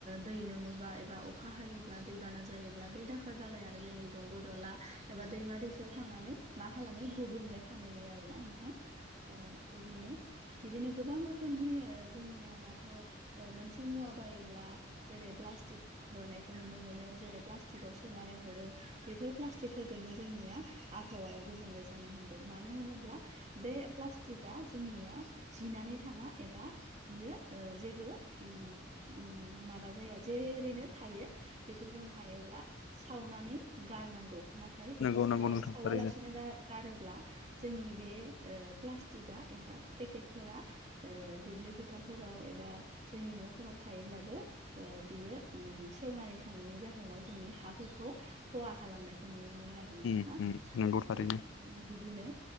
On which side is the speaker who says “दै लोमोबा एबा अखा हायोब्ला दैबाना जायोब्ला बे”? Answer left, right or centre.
Right